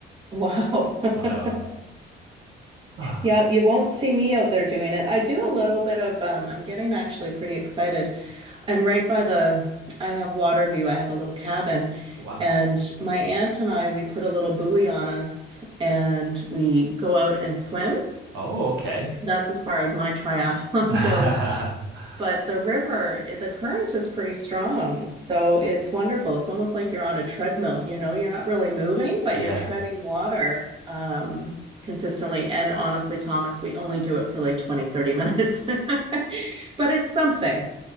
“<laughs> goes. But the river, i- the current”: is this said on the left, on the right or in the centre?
Right